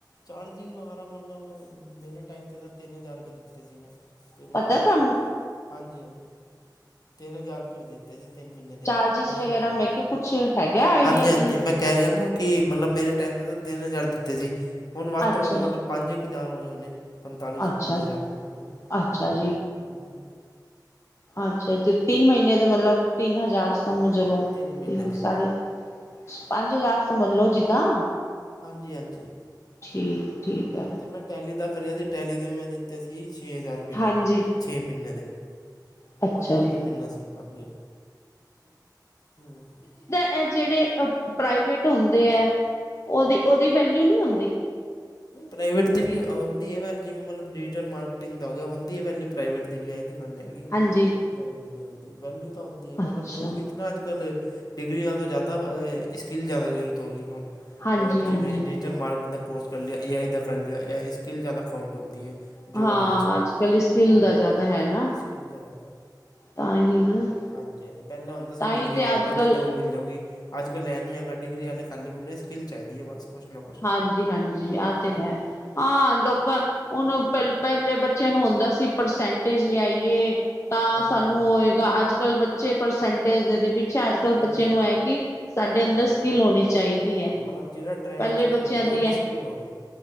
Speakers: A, on the left; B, on the left.
A: ਚਾਰਜਿਸ ਵਗੈਰਾ ਮਤਲਵ ਮੇਰੇ ਟਾਈਮ ਤੇ ਤਾਂ ਤਿੰਨ ਜ਼ਾਰ ਰੁਪਏ ਦਿੱਤੇ ਸੀਗੇ ਮੈਂ ਤਿੰਨ
B: ਪਤਾ
A: ਮੀਨੇ
B: ਤੁਹਾਨੂੰ
A: ਦੇ ਹਾਂਜੀ-ਹਾਂਜੀ ਤਿੰਨ ਜ਼ਾਰ ਰੁਪਏ ਵੀ ਦਿ ਤੇ ਸੀ ਤਿੰਨ ਮੀਨੇ ਦੇ
B: ਚਾਰਜਿਸ
A: ਮੇਰੇ
B: ਵਗੈਰਾ
A: ਟਾਇਮ
B: ਮੈਂ
A: ਚ
B: ਕਿਹਾ ਕੁਛ ਹੈਗਾ ਆਈਡੀਆ
A: ਹਾਂਜੀ-ਹਾਂਜੀ
B: ਕਿ
A: ਮੈ ਕੈ ਰਿਆ ਨਾ ਕਿ ਮਤਲਵ ਮੇਰੇ ਟਾਈਮ ਤੇ ਤਾਂ ਤਿੰਨ ਜ਼ਾਰ ਦਿੱਤੇ ਸੀ। ਹੁਣ ਵੱਧ
B: ਅੱਛਾ
A: ਤੋਂ ਵੱਧ ਮਤਲਬ ਪੰਜ ਇੱਕ ਹਜ਼ਾਰ ਹੋ ਗਏ ਹੋਨੇ ਪੰਤਾਲੀ ਸੌ
B: ਅੱਛਾ
A: ਪੰਜ ਹਜ਼ਾਰ ਪੰਜ ਹੂੰ
B: ਅੱਛਾ
A: ਹੂੰ
B: ਅੱਛਾ-ਅੱਛਾ ਤਿੰਨ ਮੀਨੇ ਦੇ ਮਤਲਬ ਤਿੰਨ ਹਜ਼ਾਰ ਸਮਝ
A: ਹਾਂ
B: ਲੋ
A: ਮਹੀਨੇ
B: ਤਿੰਨ
A: ਦੇ
B: ਸਾਡੇ ਪੰਜ ਹਜ਼ਾਰ ਸਮਝ ਲੋ ਜਿੱਦਾਂ
A: ਹਾਂਜੀ ਹਾਂਜੀ
B: ਠੀਕ ਠੀਕ
A: ਹੂੰ
B: ਹੈ
A: ਤੇ ਮੈਂ ਟੈਲੀ ਦਾ ਕਰਿਆ ਸੀ ਟੈਲੀ ਦੇ ਮੈਂ ਦਿੱਤੇ ਸੀ ਛੇ ਹਜ਼ਾਰ ਰੁਪਈਏ
B: ਹਾਂਜੀ
A: ਛੇ ਮੀਨੇ ਦੇ
B: ਅੱਛਾ
A: ਓ ਜ਼ਾਰ
B: ਜੀ
A: ਰੁਪਏ ਮੀਨਾ ਸੀ ਹਾਂਜੀ ਹੂੰ ਹੂੰ
B: ਐ ਜੇੜੇ ਪ੍ਰਾਈਵੇਟ ਹੁੰਦੇ ਐ ਓਦੀ ਓਦੀ ਵੈਲਿਊ ਨੀ ਹੁੰਦੀ
A: ਨਈ ਪ੍ਰਾਈਵੇਟ ਦੀ ਵੀ ਹੁੰਦੀ ਐ ਵ ਜਿਵੇਂ ਮਤਲਬ ਡਿਜੀਟਲ ਮਾਰਕੀਟਿੰਗ ਦਾ ਹੋ ਗਿਆ ਹੁੰਦੀ ਐ ਵੈਲਿਊ ਪ੍ਰਾਈਵੇਟ ਦੀ ਵੀ ਐ ਜੀ ਗ ਲ ਨੀ ਹੈਗੀ
B: ਹਾਂਜੀ
A: ਕਿ ਪ੍ਰਾਈਵੇਟ ਦੀ ਨੀ ਹੁੰਂਦੀ ਵੈਲਿਊ ਤਾਂ ਹੁੰਦੀ ਐ ਮਤਲਬ
B: ਅੱਛਾ
A: ਜੋ ਵੀ ਨਾ ਅੱਜ ਕੱਲ੍ਹ ਡਿਗਰੀਆਂ ਤੋਂ ਜ਼ਾਦਾ ਅ ਸਕਿੱਲ ਜ਼ਾਦਾ ਜ਼ਰੂਰਤ ਹੋ ਗਈ ਹੁਣ
B: ਹਾਂਜੀ
A: ਮਤਲਬ ਜਿਵੇਂ
B: ਹਾਂਜੀ
A: ਡਿਜੀਟਲ ਮਾਰਕੀਟ ਦਾ ਕੋਰਸ ਕਰ ਲਿਆ ਏ ਆਈ ਦਾ ਕਰ ਲਿਆ। ਏ ਆਈ ਸਕਿੱਲ ਜ਼ਾਦਾ ਕੋਂਟ ਹੁੰਦੀ ਐ।
B: ਹਾਂ
A: ਜੋਬ ਵਿੱਚ
B: ਅੱਜ ਕੱਲ ਸਕਿੱਲ
A: ਹੂੰ
B: ਦਾ
A: ਹੂੰ
B: ਜ਼ਿਆਦਾ ਹੈ ਨਾ
A: ਸਕਿੱਲ ਦਾ ਜ਼ਾਦਾ ਐ।
B: ਤਾਂ ਹੀ ਨਾ
A: ਹਾਂਜੀ-ਹਾਂਜੀ ਪੈਲਾਂ ਹੁੰਦਾ ਸੀ
B: ਤਾਂ ਹੀ
A: ਡਿਗਰੀ ਕਰ
B: ਅੱਜ
A: ਲਓ
B: ਕੱਲ
A: ਤੇ ਜੋਬ ਮਿਲ ਜਾਉਗੀ। ਅੱਜ-ਕਲ ਲੈਨ ਨਹੀਂ ਹੈਗਾ, ਡਿਗਰੀ ਵਾਲੇ ਖਾਲੀ ਗੁੰਮਰੇ ਸਕਿੱਲ ਚਾਹੀਦੀ ਹੈ ਬਸ ਕੁਛ ਨਾ ਕੁਛ
B: ਹਾਂਜੀ-ਹਾਂਜੀ ਆਹ
A: ਹੂੰ
B: ਤੇ ਹੈ,
A: ਹੂੰ
B: ਆਾਂ ਲੋਕਾਂ, ਉਹਨੂੰ ਪਹਿਲ- ਪਹਿਲੇ ਬੱਚਿਆਂ ਨੂੰ ਹੁੰਦਾ ਸੀ ਪਰਸੈਂਟੇਜ ਲਿਆਈਏ, ਤਾਂ
A: ਹਾਂਜੀ
B: ਸਾਨੂੰ
A: ਹਾਂਜੀ
B: ਉਹੋਏਗਾ ਅੱਜ-ਕੱਲ੍ਹ ਬਚ ਬੱਚੇ ਪਰਸੈਂਟੇਜ ਦੇ ਤੇ ਪਿੱਛੇ ਅੱਜ ਕੱਲ੍ਹ
A: ਨਾ
B: ਬੱਚੇਆਂ
A: ਨਾ
B: ਨੂੰ ਇਹ ਕਿ, ਸਾਡੇ
A: ਹਾਂਜੀ
B: ਅੰਦਰ ਸਕਿੱਲ ਹੋਣੀ ਚਾਹੀਦੀ ਹੈ
A: ਹਾਂ ਮਤਲਬ ਜਿਵੈਂ ਟਰੈਂਡ
B: ਪਹਿਲੇ
A: ਚ
B: ਬੱਚਿਆਂ
A: ਚੱਲਦਾ
B: ਦੀ
A: ਉਹਦੀ
B: ਹੈ।
A: ਸਕਿੱਲ ਹੋਵੇ,